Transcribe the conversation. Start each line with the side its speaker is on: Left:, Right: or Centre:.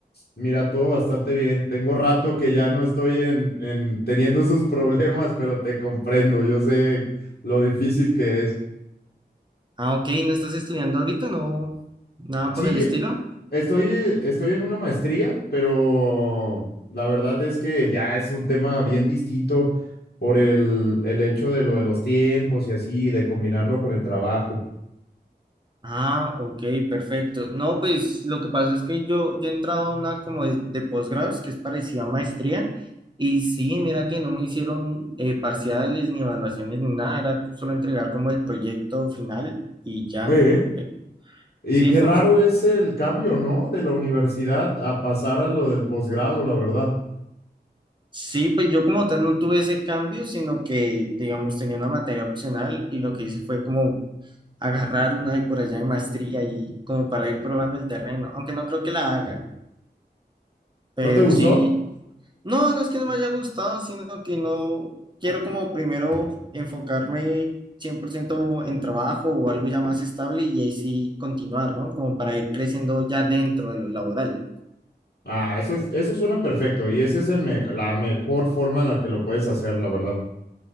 Left: Mira, todo bastante bien. Tengo rato que ya no estoy en, en teniendo esos <laughs> problemas, pero te comprendo. Yo sé lo difícil que es.
Right: Ah, ok, ¿no estás estudiando ahorita? ¿No? ¿Nada
Left: Sí,
Right: por el estilo?
Left: estoy, estoy en una maestría, pero la verdad es que ya es un tema bien distinto por el, el hecho de lo de los tiempos y así, de combinarlo con el trabajo.
Right: Ah, ok, perfecto. No, pues lo que pasa es que yo, yo he entrado a una como de, de posgrados que es parecida a maestría y sí, mira que no me hicieron eh, parciales ni evaluaciones ni nada, era solo entregar como el proyecto final y ya.
Left: ¿Eh?
Right: Eh,
Left: Y
Right: sí,
Left: qué
Right: fun-
Left: raro es el cambio, ¿no? De la universidad a pasar a lo del posgrado, la verdad.
Right: sí, pues yo como tal no tuve ese cambio, sino que digamos tenía una materia opcional y lo que hice fue como agarrar una de por allá de maestría y como para ir probando el terreno, aunque no creo que la haga, pero
Left: ¿No te gustó?
Right: sí. No, no es que no me haya gustado, sino que no quiero como primero enfocarme 100% en trabajo o algo ya más estable y ahí sí continuar, ¿no? Como para ir creciendo ya dentro de lo laboral.
Left: Ah, eso es, eso suena perfecto y esa es el me- la mejor forma en la que lo puedes hacer, la verdad.